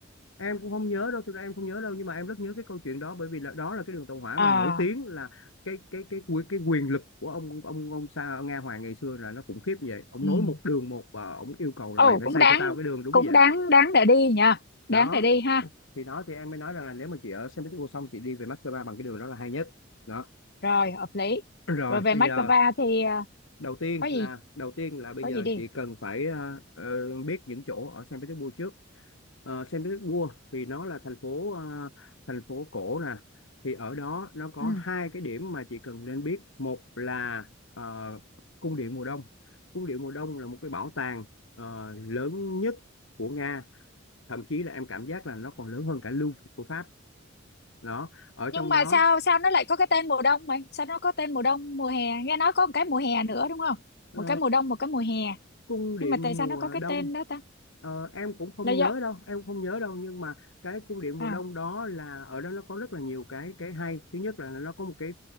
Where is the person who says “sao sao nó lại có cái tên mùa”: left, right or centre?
Left